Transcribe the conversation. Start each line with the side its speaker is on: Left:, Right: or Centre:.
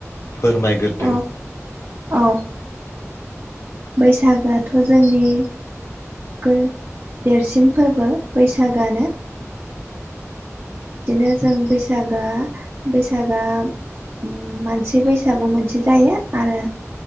Left: फोरमाय गोरदो
Right: औ
Left: <inaudible>
Right: औ बैसागोआथ' जोंनि गो देरसिन फोरबो बैसागोआनो बिदिनो जों बैसागोआ बैसागआ उम मान से बैसागु मोनसे जायो आरो